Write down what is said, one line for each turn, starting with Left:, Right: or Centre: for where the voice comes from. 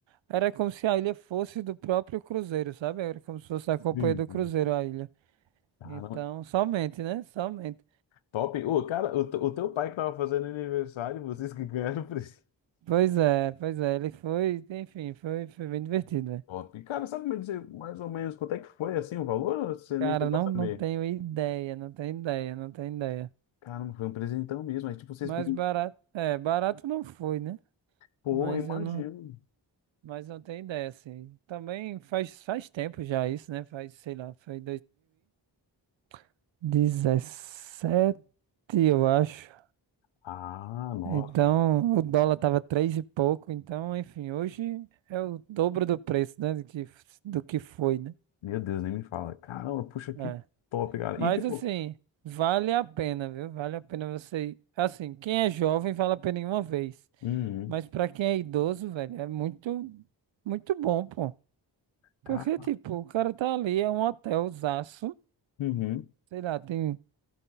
Right: Era como se a ilha fosse do próprio cruzeiro, sabe? Era como se fosse da companhia
Left: Entendi.
Right: do cruzeiro a ilha.
Left: Caramba.
Right: Então, somente, né? Somente.
Left: Top. Ô, cara, o, te- o teu pai que tava fazendo aniversário, vocês que ganharam o presente.
Right: Pois é, pois é, ele foi, enfim, foi, foi bem divertido, né?
Left: Top. Cara, sabe me dizer mais ou menos quanto é que foi assim o valor? Ou Você
Right: Cara,
Left: nem chegou
Right: não,
Left: a saber.
Right: não tenho ideia, não tenho ideia, não tenho ideia.
Left: Caramba, foi um presentão mesmo. Aí, tipo, vocês
Right: Mas
Left: podiam.
Right: barato, é, barato não foi, né?
Left: Pô,
Right: Mas
Left: imagino.
Right: eu não, mas não tenho ideia, assim. Também faz, faz tempo já isso, né? Faz, sei lá, foi 2017, eu acho.
Left: Ah, nossa.
Right: Então, o dólar tava três e pouco, então, enfim, hoje é o dobro do preço, né? Do que, do que foi, né?
Left: Meu Deus, nem me fala. Caramba, puxa, que
Right: É.
Left: top, cara.
Right: Mas
Left: E, tipo.
Right: assim, vale a pena, viu? Vale a pena você. ir. Assim, quem é jovem, vale a pena em uma vez.
Left: Uhum.
Right: Mas pra quem é idoso, velho, é muito, muito bom, pô.
Left: Cara,
Right: Porque, tipo, o cara tá ali, é um hotelzaço,
Left: uhum.
Right: sei lá, tem,